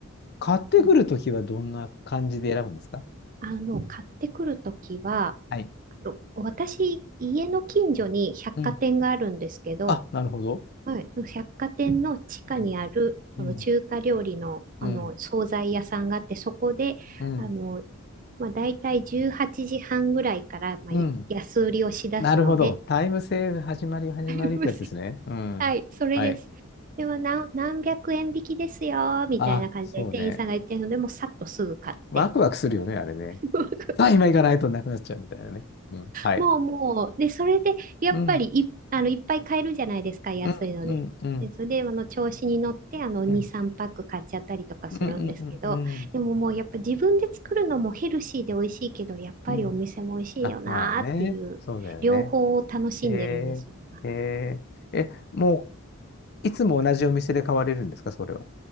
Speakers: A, on the left; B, on the right.
A: 買ってくるときはどんな感じで選ぶんですか
B: うん。あの、買ってくるときは、
A: はい。
B: あの私、家の近所に百貨店があるんですけど、
A: うん。あ、なるほど。
B: はい、百貨店の地下にある、
A: うん。うん。
B: その中華料理の、あの、
A: うん。
B: 惣菜屋さんがあって、そこで、
A: うん。
B: あの、まあ、大体18時半ぐらいから、まあ、
A: うん。
B: い安売りをしだすので、
A: なるほど。タイムセール始まり始まりってやつですね。
B: <laughs>
A: うん。
B: はい、それです。
A: はい。
B: では何、何百円引きですよ、みたいな感じで店員さんが言ってるので、
A: あ、そうね。
B: もうさっとすぐ買って。
A: ワクワクするよね、あれね。
B: <laughs>
A: さあ、今行かないとなくなっちゃうみたいなね。うん。はい。
B: もうもう、で、それで、やっぱりい、
A: うん、
B: あの、いっぱい買えるじゃないですか、安いので。
A: うん、うん、うん、
B: で、それで、あの、調子に乗って、あの、
A: うん、
B: 2、3パック買っちゃったりとかするんですけど、
A: うん、うん、うん、うん。
B: でももう、やっぱ自分で作るのもヘルシーで美味しいけど、やっぱりお店も美味しいよなーっていう、
A: うんあ、まあね。そうだよね。
B: 両方を楽しんでるんですよ、
A: え
B: 今
A: ー、えー、え、もう、いつも同じお店で買われるんですか、それは。